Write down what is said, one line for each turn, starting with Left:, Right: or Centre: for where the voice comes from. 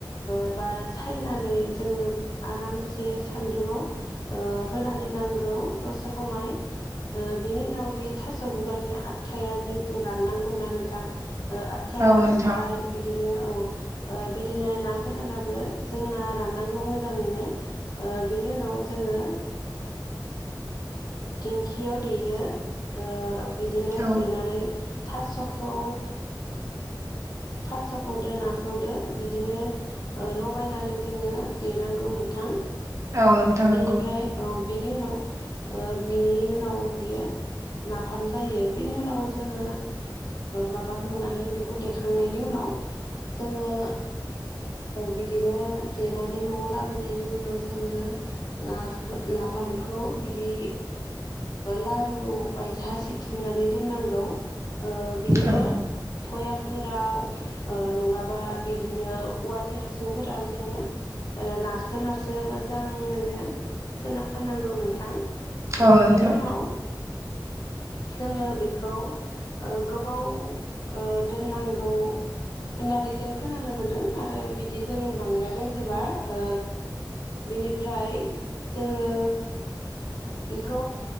Left: एबा सायनानै जोङो आरामसे सान्दुाव होना दोननांगौ दसे समाय। बिनि उनाव बे थास बुगानि आटथाया जिहेतु राननांगौ ना नोंथां आटथाया
Right: औ
Left: रानबाय
Right: नोंथां
Left: बिदिनो औ बिदिनो ना गोरानाबो जोंना राननांगौ मोजाङैनो। ओ बिनि उनाव जोङो दिंखियाव देयो। ओ बिदिनो
Right: औ
Left: देनानै थास'खौ थास'खौदो नाखौदो बिदिनो लगायनानै जोङो देनांगौ नोंथां।
Right: औ नोंथां नंगौ
Left: बिनिफ्राय औ बिनि उनाव बिनि उनाव बियो नाफाम जायो बेनि उनाव जोङो माबाखांनानै बेखौ देखांनायनि उनाव जोङो बिदिनो देनानै न'आव लाबोनायनि उनाव जोङो नाखौ नाफामखौ बिदि लारु बायसा सिथुमनानै दोननांगौ बिदिनो
Right: औ
Left: पयामफोराव नङाबा बिदिनो औवानि हासुंफोराव जोङो नारसो नारसो मोजाङैनो सोनो नांगौ नोंथां। ओ
Right: औ नोंथां
Left: बिनि उनाव जोङो बेखौ गोबाव दोननांगौ। होननानै जों खोनानो मोन्दों आरो बिदि जों बांद्राय रोंजोबा ओ बिनिफ्राय जोङो बेखौ